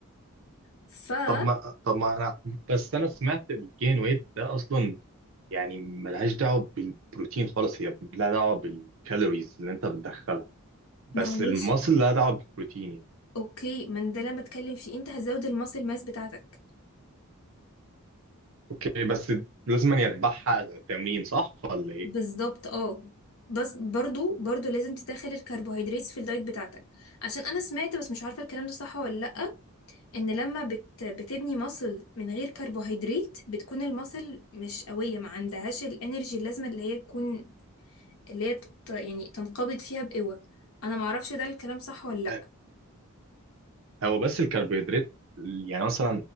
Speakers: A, on the left; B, on the right.
A: فما
B: طب ما طب ما انا بس انا سمعت الجين ويت ده اصلا يعني ملهاش دعوه بالبروتين خالص هي لها دعوه بالكالوريز اللي انت بتدخلها بس
A: هو ماشي
B: المصل لها دعوه بالبروتين يعني
A: اوكي ما أنا ده اللي انا بتكلم فيه انت هتزود الماسل ماس بتاعتك
B: اوكي بس لازم أن يتبعها تمرين صح ولا ايه؟
A: بالظبط اه بس برضو برضو لازم تدخل الكربوهيدرات في الدايت بتاعتك عشان انا سمعت بس مش عارفه الكلام ده صح ولا لا ان لما بت بتبني ماسل من غير كربوهيدرات بتكون الماسل مش قويه ما عندهاش الانرجي اللازمه اللي هي تكون اللي هي تت- يعني تنقبض فيها بقوه انا ما اعرفش ده الكلام صح ولا لا
B: أه، هو بس الكربوهيدرات يعني مثلا